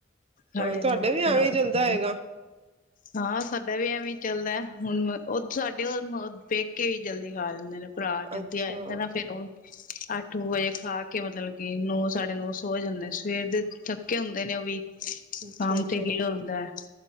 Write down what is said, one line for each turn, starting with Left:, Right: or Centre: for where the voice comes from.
Left: ਸਾਡੇ
Right: ਹਾਂ ਤੁਹਾਡੇ
Left: ਨੋ
Right: ਵੀ ਐਵੇਂ
Left: ਤਿਆਰ
Right: ਹੀ ਚੱਲਦਾ
Left: ਹੁਣੇ
Right: ਹੋਏਗਾ
Left: ਹਾਂ ਸਾਡਾ ਵੀ ਐਵੇਂ ਚੱਲਦਾ ਹੁਣ ਉਹ ਸਾਡੇ ਉਹ ਪੇਕੇ ਵੀ ਜਲਦੀ ਖਾ ਲੈਂਦੇ ਨੇ ਭਰਾ ਜਲਦੀ
Right: ਅੱਛਾ
Left: ਆ ਜਾਂਦਾ ਹੈ, ਨਾ ਫਿਰ ਉਹ ਆਟ ਨੋ ਵਜੇ ਖਾ ਕੇ ਮਤਲਬ ਨੌ ਸਾੜੇ ਨੌ ਸੌ ਜਾਂਦੇ ਹੇ। ਸਵੇਰ ਦੇ ਥੱਕੇ ਹੁੰਦੇ ਨੇ ਉਹ ਵੀ।
Right: ਅੱਛਾ
Left: ਕਾਮ
Right: ਅੱਛਾ
Left: ਤੇ ਗਏ ਹੁੰਦਾ ਹੈ,